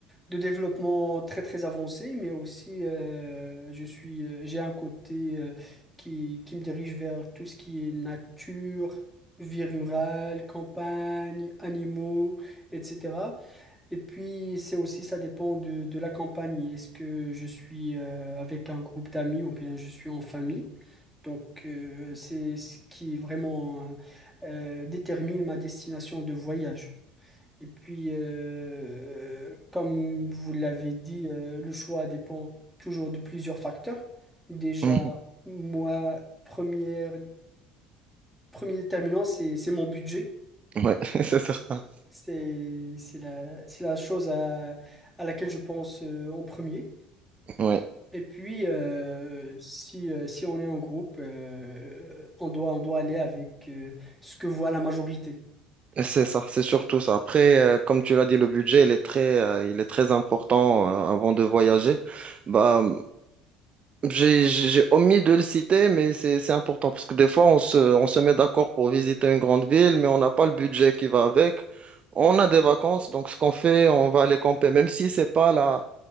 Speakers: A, in the centre; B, on the right.
A: de développement très très avancé, mais aussi euh, je suis, euh, j'ai un côté euh, qui, qui me dirige vers tout ce qui est nature, vie rurale, campagne, animaux, etc. Et puis c'est aussi, ça dépend de, de la campagne. Est-ce que je suis euh, avec un groupe d'amis ou bien je suis en famille? Donc euh, c'est ce qui vraiment euh, détermine ma destination de voyage. Et puis, euh, comme vous l'avez dit, euh, le choix dépend toujours de plusieurs facteurs. Déjà,
B: Mhm.
A: moi, première, premier déterminant, c'est, c'est mon budget.
B: Ouais, <laughs> c'est certain.
A: C'est, c'est la, c'est la chose à, à laquelle je pense euh, en premier.
B: Ouais,
A: Et puis, euh, si, euh, si on est en groupe, euh, on doit, on doit aller avec euh, ce que voit la majorité.
B: c'est ça, c'est surtout ça. Après, euh, comme tu l'as dit, le budget, il est très, euh, il est très important, euh, avant de voyager. Bah, J'ai j'ai- j'ai omis de le citer, mais c'est c'est important parce que des fois, on se, on se met d'accord pour visiter une grande ville, mais on n'a pas le budget qui va avec. On a des vacances, donc ce qu'on fait, on va aller camper, même si c'est pas la,